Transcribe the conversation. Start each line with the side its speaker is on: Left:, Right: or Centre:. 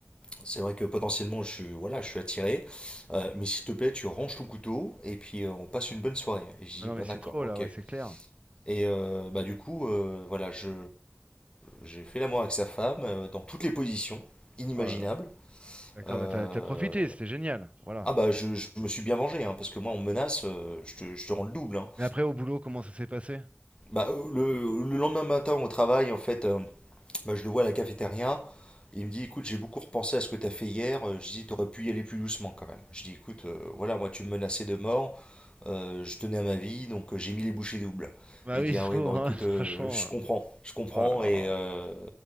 Left: c'est vrai que potentiellement je suis voilà je suis attiré euh, mais s'il te plaît tu ranges ton couteau et puis euh, on passe une bonne soirée et je dis
Right: Ah non,
Left: bah
Right: mais c'est
Left: d'accord
Right: trop
Left: ok
Right: là, ouais,
Left: et
Right: c'est clair.
Left: euh, bah du coup euh, voilà je j'ai fait l'amour avec sa femme euh, dans toutes les positions inimaginables
Right: Oh là là. D'accord,
Left: Euh,
Right: bah t'as t'as profité, c'était génial. Voilà.
Left: ah bah je, je me suis bien vengé hein, parce que moi on me menace euh, je te, je te rends le double hein.
Right: Mais après, au boulot, comment ça s'est passé?
Left: Bah, euh, le, le lendemain matin au travail, en fait, euh, bah, je le vois à la cafétéria. Il me dit, écoute, j'ai beaucoup repensé à ce que t'as fait hier. Euh, Je dis, t'aurais pu y aller plus doucement quand même. Je dis, écoute, euh, voilà, moi tu me menaçais de mort. Euh, je tenais à ma vie, donc euh, j'ai mis les bouchées doubles.
Right: Bah
Left: Et il
Right: oui,
Left: dit,
Right: <laughs> il
Left: ah
Right: faut,
Left: oui, bon,
Right: hein,
Left: écoute,
Right: <laughs> franchement.
Left: euh, je comprends, je comprends.
Right: Oh là là.
Left: Et euh,